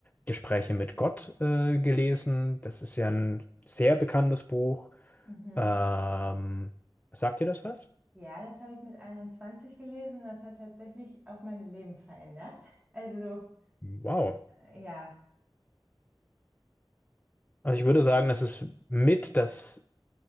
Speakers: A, on the left (about 20°); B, on the right (about 15°).
A: Gespräche mit Gott äh, gelesen. Das ist ja ein sehr bekanntes Buch.
B: Mhm.
A: Ähm, sagt dir das was?
B: Ja, das habe ich mit 21 gelesen. Das hat tatsächlich auch mein Leben verändert. Also,
A: Wow.
B: äh, ja,
A: Also ich würde sagen, das ist mit das